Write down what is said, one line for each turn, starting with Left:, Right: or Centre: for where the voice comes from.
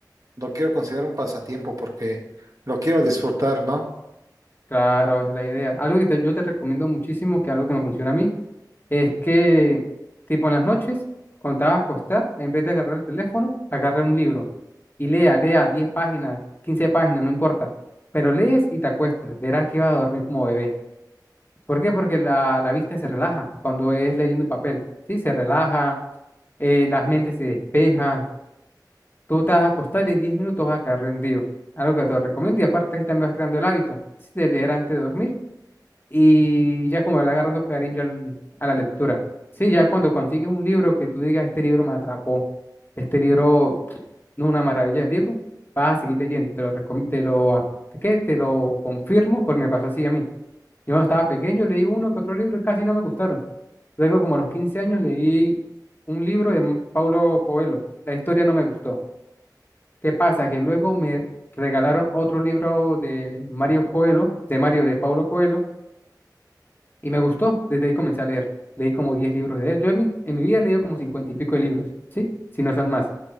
Right: lo quiero considerar un pasatiempo porque lo quiero disfrutar, ¿no?
Left: Claro, esa es la idea. Algo que te- yo te recomiendo muchísimo, que algo que me funciona a mí, es que, tipo, en las noches, cuando te vas a acostar, en vez de agarrar el teléfono, agarra un libro y lea, lea 10 páginas, 15 páginas, no importa. Pero lees y te acuestas, verás que vas a dormir como bebé. ¿Por qué? Porque la, la vista se relaja cuando es leyendo en papel, ¿sí? Se relaja, eh, las mentes se despeja, tú te vas a acostar y en 10 minutos vas a caer rendido. Algo que te recomiendo y aparte así también vas creando el hábito, sí, de leer antes de dormir y ya como le agarrando cariño al- a la lectura. Sí, ya cuando consigues un libro que tú digas, este libro me atrapó, este libro no es una maravilla de libro, vas a seguir leyendo, te lo, recom- te lo, acu- ¿qué? Te lo confirmo porque me pasó así a mí. Yo cuando estaba pequeño leí uno que otro libro y casi no me gustaron. Luego como a los 15 años leí un libro de M- Paulo Coelho, la historia no me gustó. ¿Qué pasa? Que luego me regalaron otro libro de Mario Coelho, de Mario de Paulo Coelho, y me gustó, desde ahí comencé a leer. Leí como 10 libros de él. Yo en mi, en mi vida he leído como 50 y pico de libros, ¿sí? Si no son más.